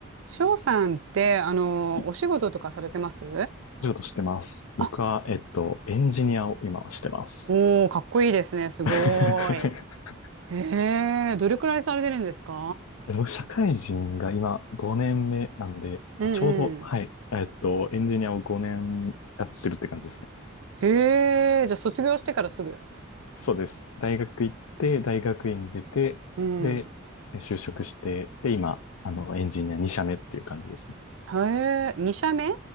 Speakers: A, on the right (about 65°); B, on the left (about 90°).
A: 翔さんって、あの、
B: い
A: お仕事とかされてます
B: お仕事してます。僕は、
A: あ、
B: えっと、エンジニアを今はしてます。
A: おー、かっこいいですね。すごーい。
B: <laughs>
A: へえ、どれくらいされてるんですか
B: え僕、社会人が今5年目なんで、
A: うんうん。
B: あちょうど、はい、えっと、エンジニアを5年やってるって感じですね。
A: へえ、じゃあ卒業してからすぐ。
B: そうです。大学行って、大学院出て、
A: うん。
B: で、え就職して、で、今、あの、エンジニア2社目っていう感じですね。
A: へえ、2社目